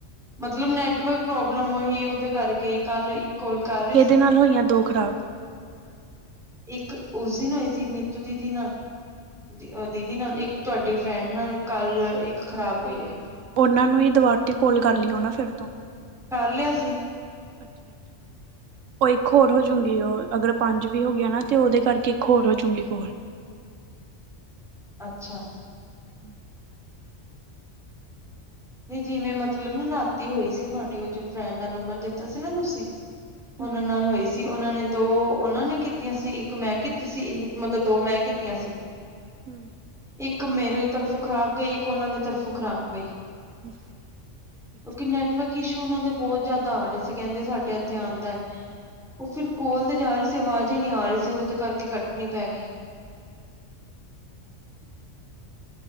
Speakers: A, in the centre; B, on the right.
A: ਮਤਲਬ ਨੈਟਵਰਕ ਪ੍ਰੋਬਲਮ ਉਹੀ, ਉਹਦੇ ਕਰਕੇ ਹੀ। ਕੱਲ ਇੱਕ ਕੋਲ ਕਰ ਰੀ,
B: ਕਿਹਦੇ
A: ਸੀ।
B: ਨਾਲ ਦੋ ਖਰਾਬ <inaudible>
A: ਇੱਕ ਉਸ ਦਿਨ ਹੋਈ ਸੀ, ਨੀਤੂ ਦੀਦੀ ਨਾਲ, ਦੀ, ਦੀ ਨਾਲ ਇੱਕ ਤੁਹਾਡੀ ਫਰੈਂਡ ਨਾਲ, ਕੱਲ, ਇੱਕ ਖ਼ਰਾਬ ਹੋਈ
B: ਤੇ
A: ਏ।
B: ਉਹਨਾਂ ਨੂੰ ਈ ਦੁਵਾਰ ਤੇ ਕੋਲ ਕਰ ਲੀਓ, ਨਾ ਫਿਰ ਤੋਂ।
A: ਕਰ ਲਿਆ ਸੀ।
B: ਅੱਛਾ-ਅੱਛਾ। ਉਹ ਇੱਕ ਹੋਰ ਹੋਜੂਗੀ ਉਹ, ਅਗਰ ਪੰਜ ਵੀ ਹੋ ਗਿਆ ਨਾ, ਤੇ ਉਹਦੇ ਕਰਕੇ ਇੱਕ ਹੋਰ ਹੋਜੂਗੀ ਕੋਲ।
A: ਅੱਛਾ।
B: ਹਮ <inaudible>
A: ਨਹੀਂ ਜਿਵੇਂ ਮਤਲਬ ਨ ਰਾਤੀ ਹੋਈ ਸੀ ਤੁਹਾਡੀ, ਉਹ ਜ ਫਰੈਂਡ ਦਾ ਨੰਬਰ ਦਿੱਤਾ ਸੀ ਨਾ ਤੁਸੀਂ।
B: ਹਮ
A: ਉਹਨਾਂ ਨਾਲ ਹੋਈ ਸੀ, ਉਹਨਾਂ ਨੇ ਦੋ ਉਹਨਾਂ ਨੇ ਕੀਤੀਆਂ ਸੀ, ਇੱਕ ''ਮੈਂ ਕੀਤੀ ਸੀ, ਇੱਕ ਮਤਲਬ ਦੋ ਮੈਂ ਕੀਤੀਆਂ ਸੀ। <inaudible>
B: ਹੂੰ
A: ਇੱਕ ਮੇਰੀ ਤਰਫੋਂ ਖਰਾਬ ਗਈ, ਇੱਕ ਉਹਨਾਂ ਦੀ ਤਰਫੋਂ ਖਰਾਬ ਗਈ।
B: <inaudible> ਅੱਛਾ
A: ਕਿਉਂਕਿ ਨੈਟਵਰਕ ਇਸ਼ੂ ਉਹਨਾ ਦੇ ਬਹੁਤ ਜ਼ਿਆਦਾ ਆ ਰਹੇ ਸੀ ਕਹਿੰਦੇ ਸਾਡੇ ਇੱਥੇ ਆਦਾਂ। ਉਹ ਫਿਰ ਕੋਲ
B: ਇਹ
A: ਤੇ ਜਾ
B: ਤਾਂ
A: ਰਹੀ ਸੀ ਆਵਾਜ਼ ਹੀ ਨਹੀ ਆ ਰਹੀ ਸੀ ਉਹਦੇ ਕਰਕੇ ਕੱਟਣੀ ਪੈ ਗਈ।